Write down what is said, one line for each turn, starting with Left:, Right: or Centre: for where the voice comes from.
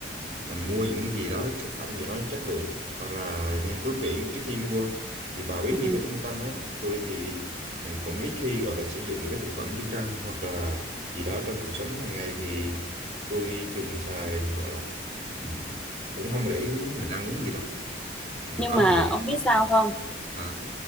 Right: là mua những gì đó sản phẩm gì đó chất lượng hoặc là nghiên cứu kỹ trước khi mua thì bà biết nhiều
Centre: Ừ.
Right: cái trung tâm ấy tôi thì thì cũng ít khi gọi là sử dụng cái thực phẩm chức năng hoặc là gì đó trong cuộc sống hàng ngày thì tôi thường xài gọi là ừm, cũng không để ý đến mình ăn uống gì đâu Ừ,
Centre: nhưng
Right: có
Centre: mà
Right: gì ăn
Centre: ông
Right: đó.
Centre: biết sao không
Right: à,